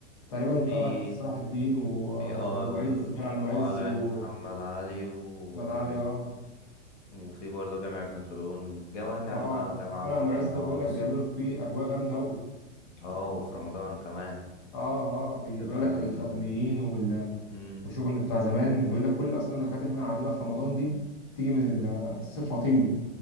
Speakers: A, on the left (about 25°); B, on the left (about 75°).
A: تقريبا
B: في
A: طلعت صلاح الدين و-
B: في اه
A: والمعز
B: ال-
A: شارع المعز
B: وقلعة
A: ومحمد
B: محمد علي و...
A: علي اه
B: وفي برضه جامع ابن طولون جوامع
A: اه
B: بقى جامع
A: شارع
B: عمرو
A: المعز
B: بن العاص
A: ده بيقول لك بيعملوا فيه اجواء جامده قوي
B: اه وفي رمضان كمان
A: اه اه بي-
B: بتبقى
A: بيقول لك
B: ال
A: الفاطميين وال-
B: مم.
A: والشغل بتاع زمان بيقول لك كل اصلا الحاجات اللي احنا قاعدينها في رمضان دي تيجي من الاساس الفاطمي